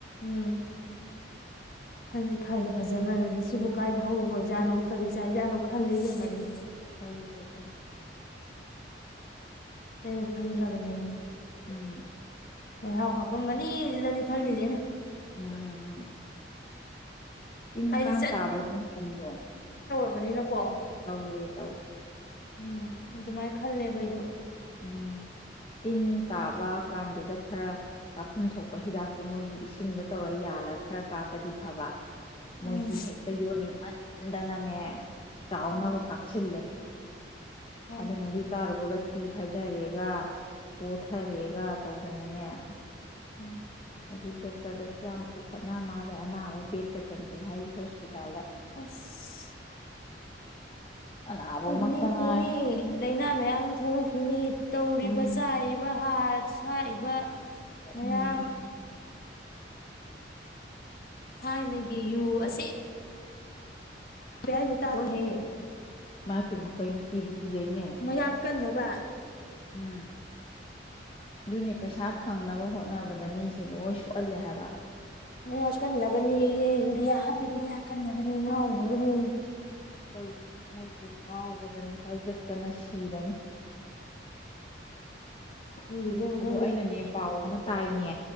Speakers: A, on the left (about 50°); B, on the left (about 30°).
A: ꯎꯝ ꯐ ꯐꯗ ꯐꯖꯃꯅꯗꯤ ꯁꯤꯕꯨ ꯀꯥꯏꯗ ꯍꯧꯔꯨꯕ ꯑꯣꯏꯖꯥꯠꯅꯣ ꯀꯔꯤ ꯆꯥꯏꯖꯥꯠꯅꯣ ꯈꯜꯂꯤ ꯏꯕꯦꯃꯥ ꯑꯩꯗꯤ
B: ꯍꯦ ꯑꯗꯨ <unintelligible>
A: ꯇꯩꯌ ꯈꯟꯗ꯭ꯔꯕꯅꯦ ꯑꯩꯗꯤ
B: ꯎꯝ
A: ꯂꯩꯍꯑꯣ ꯍꯥꯞ ꯄꯨꯝꯅꯤ ꯁꯤꯗꯅꯤ ꯐꯜꯂꯤꯁꯦ ꯑꯩꯟ
B: ꯎꯝ ꯎꯝ ꯇꯤꯟ
A: ꯍꯥꯏꯗꯤ
B: ꯀꯥꯡ ꯇꯥꯕ ꯑꯗꯨ ꯃꯇꯝꯗꯣ
A: ꯃꯅꯤꯅꯀꯣ
B: ꯇꯧꯦ ꯇꯧ
A: ꯎꯝ ꯑꯗꯨꯃꯥꯏꯅ ꯈꯜꯂꯦꯕ ꯑꯩꯁꯨ
B: ꯎꯝ ꯇꯤꯟ ꯇꯥꯕ ꯀꯥꯟꯗꯨꯗ ꯈꯔ ꯀꯥꯞꯐꯝ ꯊꯣꯛꯄ ꯍꯤꯗꯥꯛꯇꯣ ꯃꯣꯏꯒꯤ ꯏꯁꯤꯡꯗ ꯇꯧꯔ ꯌꯥꯜꯂꯒ ꯈꯔ ꯀꯥꯞꯄꯗꯤ ꯐꯕ ꯃꯣꯏꯗꯤ
A: ꯎꯝ
B: ꯍꯦꯛꯇ ꯌꯣꯟꯅꯤꯡꯃꯟ ꯗꯥꯅꯥꯅꯦ ꯆꯥꯎꯅꯕ
A: ꯎꯝ
B: ꯀꯥꯞꯁꯤꯅꯂꯦ
A: ꯃꯥꯅꯦ
B: ꯑꯗꯨꯅ ꯑꯗꯨ ꯆꯥꯔꯨꯕꯒ ꯎ ꯈꯥꯏꯊꯔꯦꯒ ꯀꯣꯊꯔꯦꯒ ꯇꯧꯗꯅꯅꯦ ꯑꯁ
A: ꯎꯝ
B: ꯍꯧꯖꯤꯛ ꯗꯣꯛꯇꯔꯗꯁꯨ ꯌꯥꯝ ꯄꯨꯈꯠꯅꯕ ꯃꯥꯜꯂꯦ ꯑꯅꯥꯕꯩ ꯕꯦꯗꯀ ꯆꯟꯗꯦ ꯍꯥꯏ ꯍꯣꯁꯄꯤꯇꯥꯜꯗ
A: ꯑꯁ
B: ꯑꯅꯥꯕ
A: ꯄꯨꯒꯅꯤ
B: ꯃꯛꯇ ꯉꯥꯏ
A: ꯄꯨꯅꯤ ꯂꯩꯅꯥ ꯃꯌꯥꯝ ꯊꯣꯛꯂꯛꯈꯤꯅꯤ ꯇꯧꯔꯤꯕ
B: ꯎꯝ
A: ꯆꯥꯔꯤꯕ ꯍꯥꯠ ꯁꯥꯏꯏꯤꯕ ꯁꯤꯁ ꯃꯌꯥꯝ
B: ꯎꯝ
A: ꯊꯥꯏꯅꯒꯤ ꯌꯨ ꯑꯁꯦ ꯌꯥ ꯌꯦ <unintelligible> ꯇꯥꯔꯣꯍꯦ
B: ꯃꯥꯏꯞ ꯀꯦꯃꯥ ꯀꯤꯕꯨ ꯀꯤꯖꯩꯅꯦ
A: ꯃꯌꯥꯛ ꯀꯟꯅꯕ
B: ꯎꯝ ꯑꯗꯨꯅꯤ ꯄꯩꯁꯥ ꯐꯪꯅꯕ ꯍꯣꯠꯅꯕꯗ ꯃꯤꯁꯦ ꯂꯣꯏ ꯁꯣꯛꯍꯜꯂꯦ ꯍꯥꯏꯕ
A: ꯃꯌꯥꯛ ꯀꯟꯅꯕꯅꯦꯌꯦ ꯌꯨꯔꯤꯌꯥ ꯍꯥꯞꯄꯤꯗꯨꯣ ꯃꯌꯥꯛ ꯀꯟꯅꯕꯅꯦ ꯉꯥꯎꯅꯕꯅꯦ
B: ꯀꯩ ꯃꯣꯏꯖꯤ ꯉꯥꯎꯕꯗꯅꯤ ꯍꯥꯏꯒꯠꯇꯅ ꯁꯤꯔꯅꯤ
A: ꯈꯪꯗꯦ ꯏꯕꯦꯝꯃ
B: ꯑꯗꯣ
A: ꯈꯪꯗꯦ
B: ꯑꯩꯅꯅꯦ ꯄꯥꯎ ꯑꯃ ꯇꯥꯏꯅꯦ